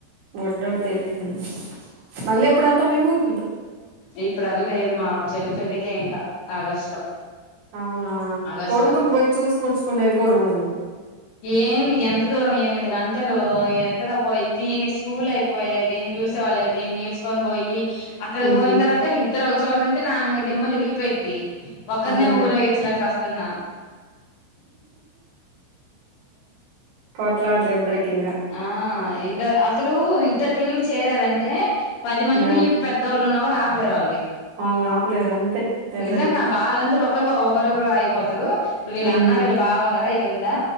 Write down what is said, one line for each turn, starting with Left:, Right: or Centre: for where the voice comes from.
Right: బుడ్డోడు తెలిఖన్ మల్లేప్పుడెల్తా మీఊరు?
Left: ఇప్పుడల్లేదు మా చెల్లి పెళ్లికే ఇంకా ఆగస్టు లో
Right: అవునా
Left: ఆగస్టు
Right: కొడుకుని బోయి చూసు కొచ్చుకునేది గూడండదు.
Left: ఏమి ఎంత దూరం ఎనిమిది గంటలు ఎక్కడ పోయి దీని స్కూల్ అయి పోయే దీన్ని చూసే వాళ్ళేర్ దీన్ని ఈడ్చకొని బోయి అక్కడికి
Right: ఉమ్
Left: పోయిన తర్వాత ఇద్దరు చూడుంటే నాయంగే దిమ్మ తిరిగిపోయిద్ది ఒకరినే
Right: అదేగా
Left: ఊరేగించలేక చస్తన్నా
Right: కోట్లాట్లు ఇద్దరికీంగా
Left: ఆ ఇద అసలు ఇద్దరు పిల్లలు చేరారంటే పది మంది
Right: ఇంగ
Left: పెద్దోళ్ళున్నాగూడ ఆపలేరు వాళ్ళని
Right: వాళ్ళని ఆపలేరు అంతే పిల్లలు
Left: నిజంగా వాళ్ళందరూ ఒకరు ఒకరురు అయిపోతారు ఇప్పుడు వీళ్ళన్నా
Right: ఉమ్
Left: వీళ్ళ బావున్నారా ఏ దుందా